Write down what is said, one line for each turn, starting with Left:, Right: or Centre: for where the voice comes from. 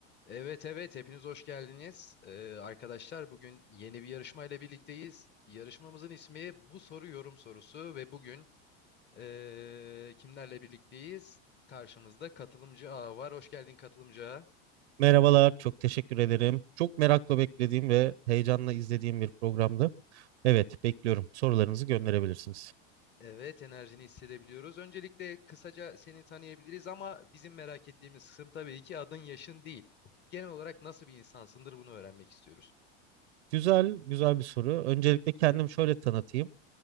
Left: Evet evet hepiniz hoş geldiniz. Ee, arkadaşlar bugün yeni bir yarışmayla birlikteyiz. Yarışmamızın ismi Bu Soru Yorum Sorusu ve bugün ee, kimlerle birlikteyiz? Karşımızda katılımcı A var. Hoş geldin katılımcı Ağa.
Right: Merhabalar, çok teşekkür ederim. Çok merakla beklediğim ve heyecanla izlediğim bir programdı. Evet, bekliyorum. Sorularınızı gönderebilirsiniz.
Left: Evet enerjini hissedebiliyoruz. Öncelikle kısaca seni tanıyabiliriz ama bizim merak ettiğimiz kısım tabii ki adın yaşın değil. Genel olarak nasıl bir insansındır bunu öğrenmek istiyoruz.
Right: Güzel, güzel bir soru. Öncelikle kendimi şöyle tanıtayım.